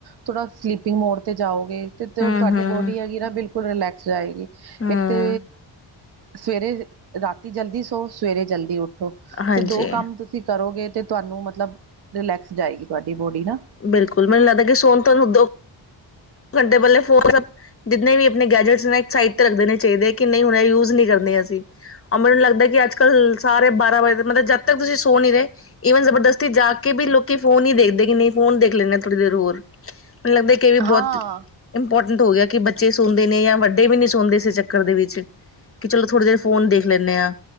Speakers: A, on the right (about 55°); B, on the left (about 30°).
A: ਥੋੜਾ ਸਲੀਪਿੰਗ ਮੋਡ ਤੇ ਜਾਓਗੇ ਤੇ ਤੇ
B: ਹਮ
A: ਉ ਤੁਹਾਡੀ
B: ਹਮ
A: ਬੋਡੀ ਹੈਗੀ ਨਾ, ਬਿਲਕੁਲ ਰਿਲੈਕਸ ਆਏਗੀ।
B: ਹਮ
A: ਇੱਕ ਤੇ ਸਵੇਰੇ, ਰਾਤੀ ਜਲਦੀ ਸੋ, ਸਵੇਰੇ ਜਲਦੀ ਉਠੋ,
B: ਹਾਂਜੀ
A: ਤੇ ਦੋ ਕੰਮ ਤੁਸੀਂ ਤੁਸੀਂ ਕਰੋਗੇ ਤੇ, ਤੁਹਾਨੂੰ ਮਤਲਬ, ਰਿਲੈਕਸ ਜਾਏਗੀ ਤੁਹਾਡੀ ਬੋਡੀ ਨਾ।
B: ਬਿਲਕੁਲ, ਮੈਨੂੰ ਲੱਗਦਾ ਕਿ ਸੋਨ ਤੁਹਾਨੂੰ ਦਊ। ਤੁਹਾਡੇ ਬੱਲੇ ਫੋਰ <inaudible> ਜਿੰਨੇ ਵੀ ਆਪਣੇ ਗੈਜਟਸ ਨੇ, ਇਕ ਸਾਈਟ ਤੇ ਰੱਖ ਦੇਨੇ ਚਾਹੀਦੇ, ਕਿ ਨਹੀਂ ਹੁਣ ਯੂਜ ਨਹੀਂ ਕਰਨੇ ਅਸੀਂ। ਮੈਨੂੰ ਲੱਗਦਾ ਕਿ ਅੱਜ ਕੱਲ੍ਹ ਸਾਰੇ ਬਾਰਾਂ ਵਜੇ, ਮਤਲਬ ਜਦ ਤੱਕ ਤੁਸੀਂ ਸੋ ਨੀ ਰਹੇ ਈਵਨ, ਜਬਰਦਸਤੀ ਜਾਗ ਕੇ ਵੀ ਲੋਕੀ ਫੋਨ ਹੀ ਦੇਖਦੇ, ਕਿ ਨਹੀਂ ਫੋਨ ਦੇਖ ਲੈਂਨੇ ਥੋੜੀ ਦੇਰ ਹੋਰ। ਮੈਨੂੰ ਲੱਗਦਾ ਇਹ ਵੀ ਬਹੁਤ
A: ਹਾਂ
B: ਇੰਪੋਟੈਂਟ ਹੋ ਗਿਆ, ਕਿ ਬੱਚੇ ਸੁਣਦੇ ਨੇ ਜਾਂ ਵੱਡੇ ਵੀ ਨਹੀਂ ਸੁਣਦੇ, ਇਸੇ ਚੱਕਰ ਦੇ ਵਿੱਚ ਕਿ ਚਲੋ, ਥੋੜੀ ਦੇਰ ਫੋਨ ਦੇਖ ਲੈਂਨੈ ਆ।